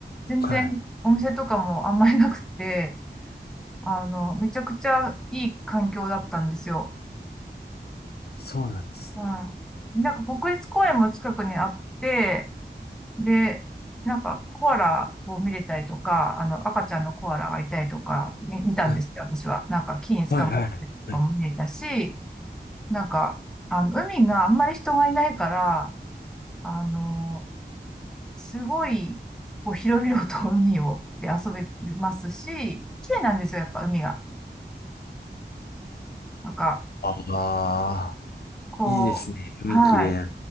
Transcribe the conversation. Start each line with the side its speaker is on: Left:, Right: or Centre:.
Centre: 全然お店とかもあんまりなくて、
Left: はい。
Centre: あの、めちゃくちゃいい環境だったんですよ。
Left: そうなんです。
Centre: はい。なんか国立公園も近くにあって、で、なんかコアラを見れたりとか、あの、赤ちゃんのコアラがいたりとか、み見たんですよ、
Left: はい。
Centre: 私は。なんか木に捕まったりとかも見れたし、
Left: はい、はい。
Centre: なんか、あの、海があんまり人がいないから、あの、すごい、こう、広々と海を、で遊べますし、綺麗なんですよ、やっぱ海が。なんか、
Left: ああ、
Centre: こう、
Left: いいですね。海きれい。
Centre: はい。